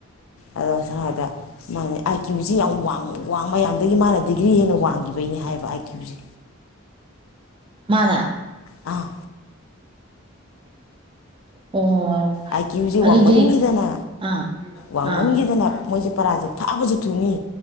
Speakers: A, on the left; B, on the right.
A: ꯑꯗꯣ ꯆꯥꯕ ꯃ ꯑꯩꯀꯤ ꯁꯤ ꯌꯥꯝꯡ ꯃꯌꯥꯝꯗꯒꯤ ꯃꯥꯅ ꯗꯤꯒ꯭ꯔꯤ ꯍꯦꯟꯅ ꯋꯥꯡꯈꯤꯕꯒꯤꯅꯦ ꯍꯥꯏꯕ ꯑꯥꯏ ꯀ꯭ꯌꯨꯁꯦ
B: ꯃꯥꯗ
A: ꯑꯥ
B: ꯑꯣ
A: ꯑꯥꯏ ꯀ꯭ꯌꯨꯁꯦ
B: ꯑꯗꯨꯗꯤ
A: ꯋꯥꯡꯃꯟꯈꯤꯗꯅ
B: ꯑꯥ
A: ꯋꯥꯡꯃꯟꯈꯤꯗꯅ
B: ꯑꯥ
A: ꯃꯣꯏꯁꯦ ꯄꯔꯥꯁꯦ ꯐꯥꯕꯁꯨ ꯊꯨꯅꯤ